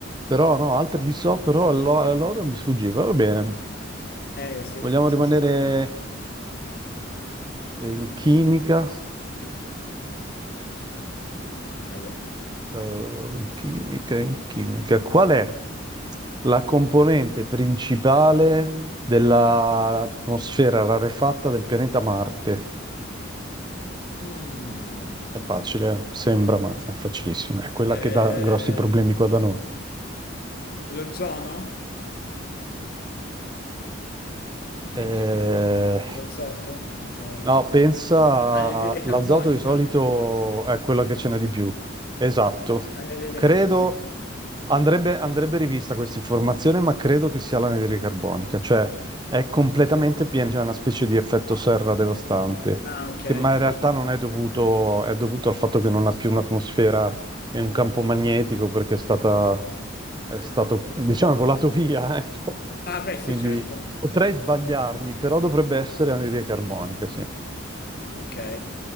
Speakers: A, on the right; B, on the left.
A: Però no, altri li so, però l'o- l'oro mi sfuggiva. Va bene.
B: Eh sì,
A: Vogliamo
B: sì,
A: rimanere
B: sì.
A: eh, in chimica?
B: Aia.
A: Eh, in chimica, in chimica. Qual è la componente principale dell'atmosfera rarefatta del pianeta Marte?
B: Mm.
A: È facile, sembra, ma è facilissimo. È quella
B: Eh,
A: che dà grossi problemi qua da noi.
B: lo zono? Non
A: Eh,
B: so. L'azoto? Non so. il-
A: no, pensa,
B: Anidride carbonica?
A: l'azoto di solito è quella che ce n'è di più. Esatto.
B: Anidride
A: Credo,
B: carbonica.
A: andrebbe, andrebbe rivista questa informazione, ma credo che sia l'anidride carbonica, cioè è completamente piena, c'è una specie di effetto serra devastante,
B: Ah, ah, ok.
A: che, ma in realtà non è dovuto, è dovuto al fatto che non ha più un'atmosfera e un campo magnetico perché è stata è stato, diciamo, volato via, <laughs> ecco.
B: Ah, beh, sì,
A: Quindi
B: certo.
A: potrei sbagliarmi, però dovrebbe essere anidride carbonica, sì.
B: Ok.